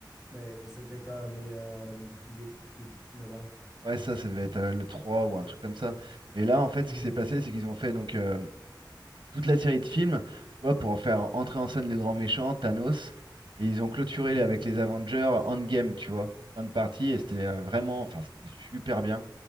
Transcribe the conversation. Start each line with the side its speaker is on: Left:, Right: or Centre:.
Centre: Mais puis c'était comme il y a 8, 8 9 ans.
Right: Ouais, ça, ça devait être euh, le 3 ou un truc comme ça. Et là, en fait,
Centre: Mhm.
Right: ce qui s'est passé, c'est qu'ils ont fait donc. euh, toute la série de films, tu vois, pour faire entrer en scène le grand méchant, Thanos. Et ils ont clôturé
Centre: Mhm.
Right: les- avec les Avengers Endgame, tu vois, fin de partie. Et c'était euh, vraiment, enfin, c'était super bien.